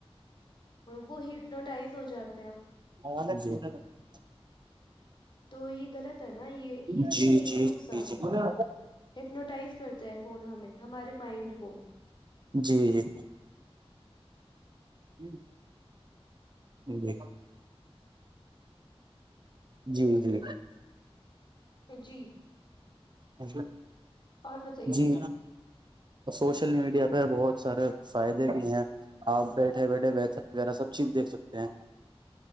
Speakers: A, on the left; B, on the right.
A: وہ ہٹنوٹائز ہو جاتا
B: <inaudible>
A: تو یہ غلط ہے نا یہ
B: جی
A: اس سے یہ
B: جی
A: بھی نقصان
B: جی جی
A: ہے ہپنوٹائز کرتا ہے فون ہمیں ہمارے مائنڈ کو
B: جی جی جی جی جی
A: جی
B: ا
A: اور بتائیے
B: جی سوشل میڈیا پہ بہت سارے فائدے بھی ہیں آپ بیٹھے بیٹھے بیھے ویرہ سب چیز دیکھ سکتے ہیں